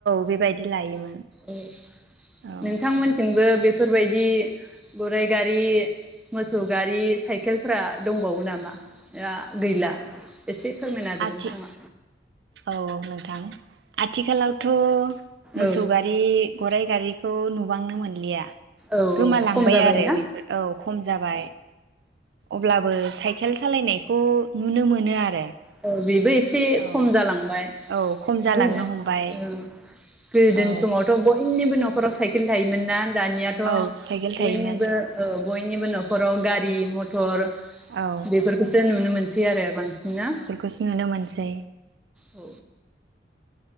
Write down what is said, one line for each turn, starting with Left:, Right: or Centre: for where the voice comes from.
Right: बेबायदि लायोमोन
Centre: औ
Right: औ
Centre: नोंथांमोनथिं नोंबो बेफोरबायदि गराइ गारि मोसौ गारि साइकेलफ्रा दंबावो नामा दा गैला एसे फोरमायना होदो
Right: आथि
Centre: नोंथाङा।
Right: औ औ नोंथां आथिखालावथ। मोसौ
Centre: औ
Right: गारि गराइ गारि खौ नुबांनो मोनलिया।
Centre: औ
Right: गोमालांबाय
Centre: खम जाबायना
Right: आरो बेफोर औ खम जाबाय अब्लाबो साइकेल सालायनाय। खौ नुनो मोनो आरो।
Centre: औ बेबो एसे एसे
Right: औ
Centre: खम जालांबाय
Right: औ खम जालांनो
Centre: गोदान
Right: हमबाय
Centre: औ गोदोनि
Right: औ
Centre: समावथ बयनिबो नख नखराव साइकेल थायोमोन ना। दानियाथ
Right: औ साइकेल
Centre: बयनिबो
Right: थायोमोन
Centre: औ बयनिबो न <unintelligible> गारि म मटर
Right: औ
Centre: बेफोरखौसो नुनो मोनो दि आरो बांसिन ना
Right: खौसो नुनो मोनसै
Centre: औ